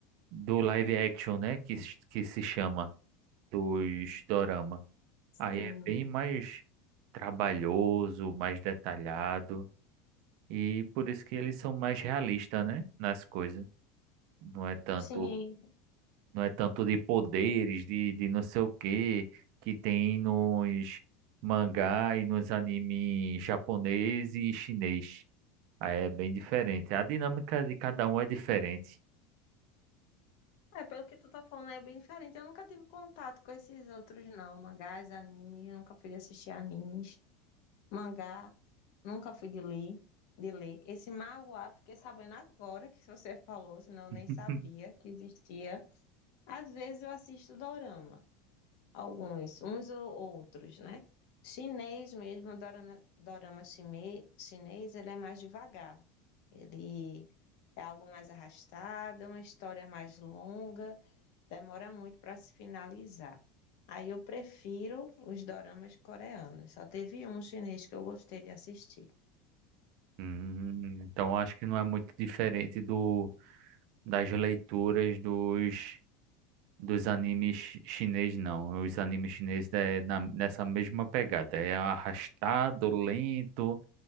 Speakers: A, on the right; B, on the left.
A: do live action, né? Que, se- que se chama dos dorama.
B: Sim.
A: Aí é bem mais trabalhoso, mais detalhado e por isso que eles são mais realistas, né, nas coisas. Não é tanto,
B: Sim,
A: não é tanto de poderes, de, de não sei o quê que tem nos mangá e nos anime japonês e chinês. Aí é bem diferente. A dinâmica de cada um é diferente.
B: É, pelo que tu tá falando, é bem diferente. Eu nunca tive contato com esses outros, não. Mangás, animes, Eu nunca fui de assistir animes. Mangá, nunca fui de ler, de ler. Esse manhwa, fiquei sabendo agora que você <laughs> falou, senão eu nem
A: <laughs>
B: sabia que existia. Às vezes eu assisto dorama, alguns, uns ou outros, né? Chinês mesmo, dorama, dorama chime- chinês, ele é mais devagar. Ele é algo mais arrastado, é uma história mais longa demora muito para se finalizar. Aí eu prefiro os doramas coreanos. Só teve um chinês que eu gostei de assistir.
A: Hum, então acho que não é muito diferente do das leituras dos dos animes chi- chinês, não. Os animes chineses é na- nessa mesma pegada. É arrastado, lento,